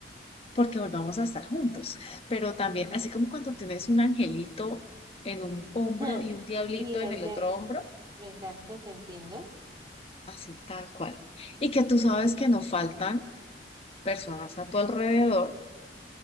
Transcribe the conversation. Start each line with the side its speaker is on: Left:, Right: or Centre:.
Left: porque volvamos a estar juntos. Pero también, así como cuando tienes un angelito en un hombro
Right: <laughs>
Left: y un diablito
Right: Y
Left: en
Right: el
Left: el
Right: de,
Left: otro hombro,
Right: exacto, te entiendo.
Left: así tal cual. Y que tú sabes que no faltan personas a tu alrededor